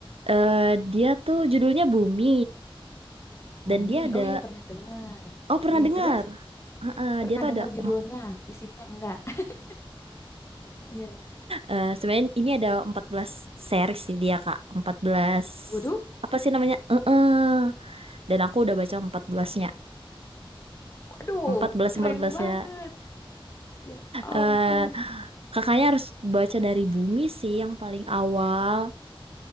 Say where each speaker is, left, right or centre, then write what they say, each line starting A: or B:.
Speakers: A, on the right; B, on the left.
A: eh, dia tuh judulnya Bumi
B: Bumi.
A: dan dia ada,
B: Oh iya pernah dengar.
A: oh pernah
B: Iya
A: dengar?
B: terus
A: Ah, eh,
B: pernah
A: dia tuh
B: dengar
A: ada,
B: judulnya,
A: em,
B: isinya enggak? <laughs> Iya.
A: eh, sebenarnya ini ada empat belas series sih dia Kak, 14
B: Waduh.
A: apa sih namanya? Eh, eh. Dan aku udah baca 14-nya,
B: Waduh,
A: empat belasnya
B: keren
A: 14-nya.
B: banget. Ya
A: Eh
B: ampun.
A: kakaknya harus baca dari Bumi sih yang paling awal.